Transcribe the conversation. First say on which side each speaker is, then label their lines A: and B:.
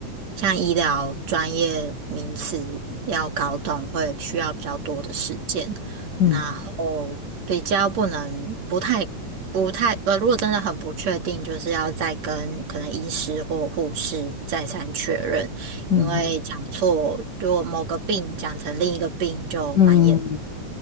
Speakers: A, on the right (about 60°); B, on the left (about 65°).
A: 像医疗专业名词要搞懂，会需要比较多的时间，
B: 嗯
A: 然后比较不能不太不太呃，如果真的很不确定，就是要再跟可能医师或护士再三确认，
B: 嗯
A: 因为讲错，如果某个病讲成另一个病就蛮严
B: 嗯